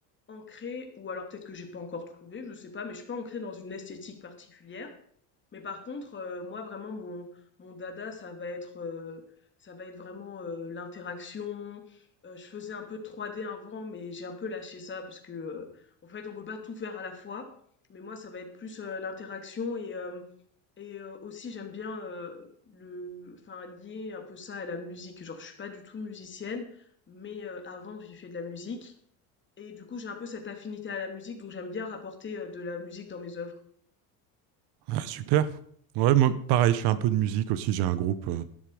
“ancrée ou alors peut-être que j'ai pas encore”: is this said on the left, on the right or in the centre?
Left